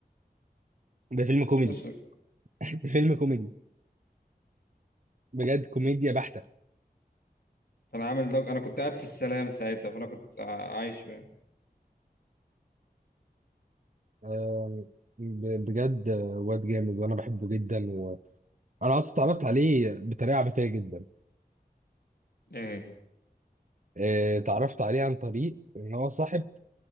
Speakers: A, on the right; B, on the left.
A: ده فيلم كوميدي
B: بس
A: <laughs> ده فيلم كوميدي بجد كوميديا بحته
B: كان عامل دوج انا كنت قاعد في السلام ساعتها فانا كنت ع- عايش يعني.
A: آم، ب- بجد آه، واد جامد وانا بحبه جدا وانا اصلا اتعرفت عليه بطريقه عبثيه جدا
B: ايه
A: آه، اتعرفت عليه عن طريق ان هو صاحب